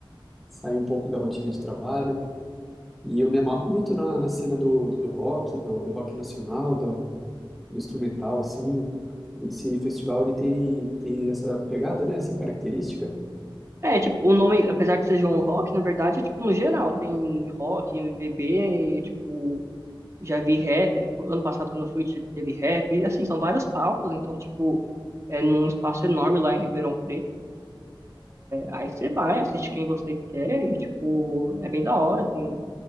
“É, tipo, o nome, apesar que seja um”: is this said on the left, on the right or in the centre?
Right